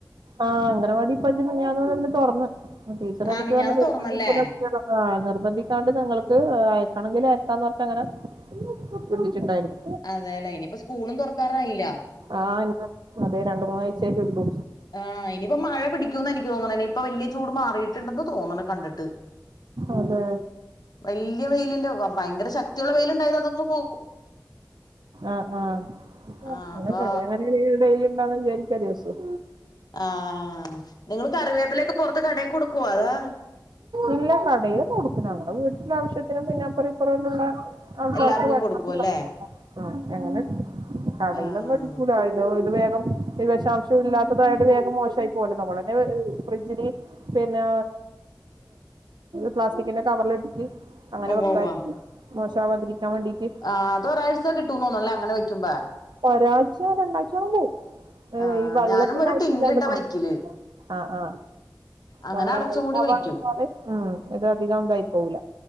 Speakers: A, on the right; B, on the left.
A: ആഹ് അംഗനവാടി പ്പഞ് മിഞ്ഞാന്ന് മുതല് തൊറന്ന് ടീച്ചറന്നിട്ട്
B: ആഹ് മിഞ്ഞാന്ന്
A: പറഞ്
B: തൊറന്നല്ലേ
A: <unintelligible> ല കുട്ട്യാള്. ആഹ് നിർബന്ധിക്കാണ്ട് നിങ്ങൾക്ക് അയക്കണെങ്കിലയക്കാന്ന് പറഞ്ട്ടങ്ങനെ <unintelligible> ണ്ടായ്രുന്നു.
B: അതെലേ ഇനിപ്പ സ്കൂളും തൊർക്കാറായില.
A: ആഹ് <unintelligible> അതേ രണ്ട് മൂന്നാഴ്ചറ്റേ ള്ളൂ.
B: ആഹ് ഇനിപ്പം മഴ പിടിക്കൂന്ന നിക്ക് തോന്നണെ നിപ്പ വല്ല്യെ ചൂട് മാറീട്ടുണ്ടന്ന് തോന്ന്ണ് കണ്ട്ട്ട്.
A: അതെ
B: വല്ല്യ വെയിലില്ല ഭയങ്കര ശക്തിയുള്ള വെയില്ണ്ടായതതൊന്നു പോ
A: ആഹ് ആ <unintelligible>
B: ആഹ് അപ്പൊ
A: യിലി ണ്ടാവന്ന് വിചാരി ക്ക ദിവസൂം.
B: ആഹ് നിങ്ങള് കറിവേപ്പിലൊക്കെ പൊർത്ത് കടേ കൊടുക്കുവോ അതോ?
A: ഇല്ല കടയില് കൊട്ക്കൂല ഞമ്മടെ വീട്ട്ല ആവശ്യത്തിനും പിന്നെ അപ്പറം ഇപ്പറ <unintelligible> ള്ള ആൾക്കാർക്ക്
B: എല്ലാർക്കും
A: <unintelligible>
B: കൊടുക്കും അല്ലേ
A: ആഹ് എങ്ങനെ കടീലൊന്നും
B: ആഹ്
A: ട്ക്കൂല അ <unintelligible> ഇത് വേഗം. ഈ വെഷാംശം ഇല്ലാത്തതായോണ്ട് വേഗം മോശായി പോവല്ലോ നമ്മളന്നെ ഫ്രിഡ്ജില് പിന്നെ. പ്ലാസ്റ്റിക്കിന്റെ കവറിലിലിട്ടിട്ട് അങ്ങനെ
B: ഉവ്വ
A: വെക്കാച്
B: ഉവ്വ
A: മോശാവാതിരിക്കാ വേണ്ടീട്ട്
B: ആ അതൊരാഴ്ച കിട്ടൂതോന്ന്ണൂ ല്ലേ അങ്ങനെ വെക്കുമ്പോ
A: ഒരാഴ്ച്ച രണ്ടാഴ്ചോളം പോവും
B: ആഹ്
A: ഈ വെള്ളത്തിന്റെ
B: ഞാനും ഒരു
A: അംശയില്ലാണ്ടാവണം
B: ടിന്നിലിട്ടാ വയ്ക്കല്
A: ആ ആ
B: അങ്ങനെ
A: വെള്ളം
B: അടച്ചും
A: നിൽ <unintelligible>
B: മൂടി വയ്ക്കും
A: ഇതധികം ഇതായി പോവും